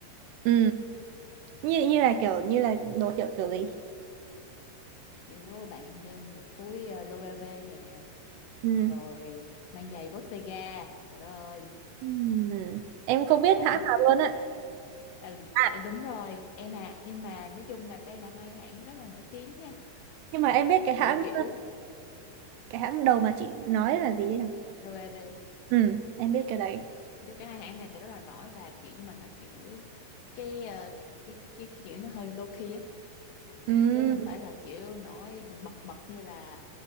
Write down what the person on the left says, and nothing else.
kiểu bạn đeo một túi ờ, LOewe nè
rồi mang giày Bottega trời đất ơi
tai
mắt
à, s-
ờ, đúng rồi em à nhưng mà nói chung là đây là hai hãng rất là nổi tiếng nha
và kiểu
LOewe
chứ cái hai hãng này thì rất là nổi và kiểu nhưng mà nó kiểu cái ờ, cái cái, cái, cái kiểu nó hơi low key á
chứ không phải là kiểu nổi bật bật bật như là